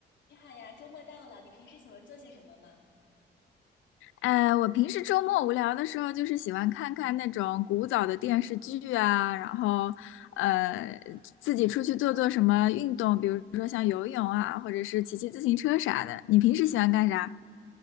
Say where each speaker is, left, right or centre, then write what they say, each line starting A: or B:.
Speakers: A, on the left (about 65°); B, on the left (about 80°).
A: 你好呀，周末到了，你平时喜欢做些什么吗？
B: 呃，我平时周末无聊的时候，就是喜欢看看那种古早的电视剧啊，然后呃，自己出去做做什么运动，比如说像游泳啊，或者是骑骑自行车啥的。你平时喜欢干啥？